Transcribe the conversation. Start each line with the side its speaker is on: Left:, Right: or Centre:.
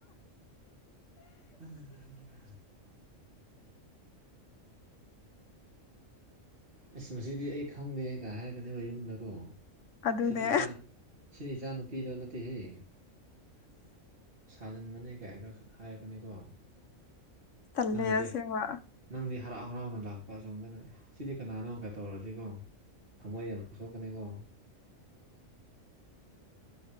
Right: ꯎꯝ <inaudible> ꯑꯁ ꯃꯁꯤꯗꯤ ꯑꯩ ꯈꯪꯗꯦꯒꯥꯢ ꯍꯥꯏꯔꯛꯀꯅꯦꯕ ꯌꯨꯝꯗꯀꯣ
Left: ꯑꯗꯨꯅꯦ
Right: ꯁꯤꯗꯤ ꯏꯆꯥꯡ ꯁꯤꯗꯤ ꯏꯆꯥꯅꯨꯄꯤꯗꯣ ꯅꯠꯇꯦꯍꯦ ꯁꯥꯖꯤꯟꯕꯅꯦ ꯒꯥꯢꯅ ꯍꯥꯏꯔꯛꯀꯅꯤꯀꯣ
Left: ꯇꯜꯂꯦ
Right: ꯅꯪꯅꯗꯤ
Left: ꯑꯁꯦꯡꯕ
Right: ꯅꯪꯗꯤ ꯍꯔꯥꯎ ꯍꯔꯥꯎꯅ ꯂꯥꯛꯄ ꯑꯁꯣꯝꯗꯅ ꯁꯤꯗꯤ ꯀꯅꯥꯅꯣ ꯀ ꯇꯧꯔꯗꯤꯀꯣ ꯊꯃꯣꯏ ꯌꯥꯝ ꯁꯣꯛꯀꯅꯤꯀꯣ